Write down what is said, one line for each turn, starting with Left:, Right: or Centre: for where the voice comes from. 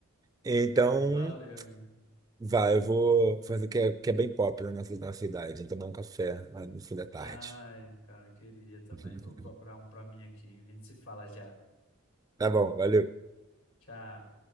Right: Então,
Left: Pois valeu, amigo.
Right: vai, eu vou fazer o que é, que é bem pop na nossa, nossa idade. Tomar um café lá no fim da tarde.
Left: Ai, cara, queria também.
Right: <laughs>
Left: Vou procurar um pra mim aqui. A gente se fala já.
Right: Tá bom, valeu.
Left: Tchau.